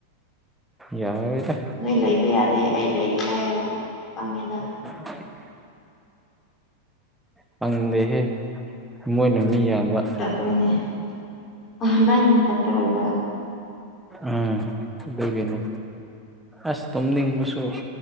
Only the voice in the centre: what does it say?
ꯌꯥꯔꯦꯗ
<inaudible> ꯐꯪꯗꯦꯍꯦ ꯃꯣꯏꯅ ꯃꯤ ꯌꯥꯝꯕ
ꯎꯝ ꯑꯗꯨꯒꯤꯅꯦ ꯑꯁ ꯇꯨꯝꯅꯤꯡꯕꯁꯨ